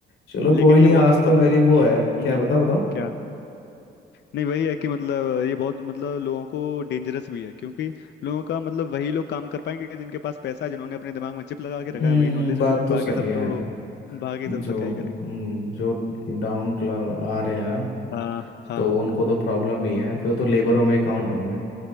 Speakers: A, on the left; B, on the left.
A: चलो
B: लेकिन
A: कोई नहीं
B: ये बहुत
A: आज तो
B: पता
A: मेरी
B: है
A: वो है
B: हम्म
A: क्या बताओ बताओ
B: क्या नहीं वही है कि मतलब ये बहुत मतलब लोगों को डेंजरस भी है क्योंकि लोगों का मतलब वही लोग काम कर पाएंगे जिनके पास पैसा है जिन्होंने अपने दिमाग में चिप लगा के रखा
A: हम्म
B: है वही नॉलेजेबल
A: बात
B: है
A: तो सही
B: बाकी सब
A: है
B: तो बाकी
A: जो
B: सब तो क्या
A: हम्म,
B: ही करेंगे
A: जो डाउन क्लास आ रहे हैं
B: हाँ हाँ
A: तो उनको तो प्रॉब्लम ही है फिर तो लेबरों में काउंट
B: हम्म,
A: होंगे